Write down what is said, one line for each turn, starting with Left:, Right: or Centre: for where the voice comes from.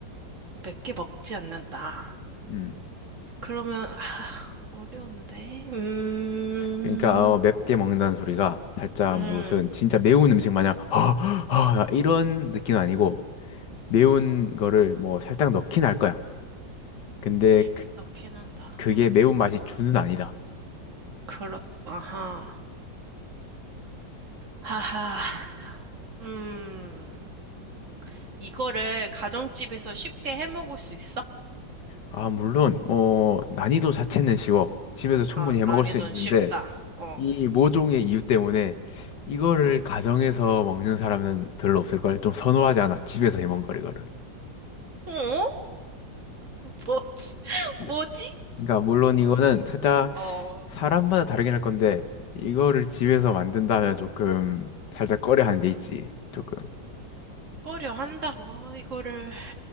Right: 몇 개 먹지 않는다.
Left: 음.
Right: 그러면 아, 어려운데. 음,
Left: 그러니까, 어, 맵게 먹는다는 소리가 살짝
Right: 음,
Left: 무슨 진짜 매운 음식 마냥, 허허허 이런 느낌은 아니고, 매운 거를 뭐 살짝 넣긴 할 거야. 근데
Right: 살짝
Left: 그
Right: 넣긴 한다.
Left: 그게
Right: 음,
Left: 매운맛이 주는 아니다.
Right: 그렇다. 아하. 하하. 음. 이거를 가정집에서 쉽게 해 먹을 수 있어?
Left: 아, 물론, 어, 난이도 자체는 쉬워. 집에서 충분히
Right: 아, 난이도는
Left: 해 먹을 수 있는데,
Right: 쉽다. 어.
Left: 이 모종의 이유 때문에 이거를 가정에서 먹는 사람은 별로 없을걸. 좀 선호하지 않아. 집에서 해 먹는 걸, 이거를.
Right: 어? 뭐지?
Left: 그러니까,
Right: <laughs> 뭐지?
Left: 그러니까 물론 이거는 살짝
Right: 어,
Left: 사람마다 다르긴 할 건데, 이거를 집에서 만든다면 조금 살짝 꺼려 하는 게 있지. 조금.
Right: 꺼려 한다고 이거를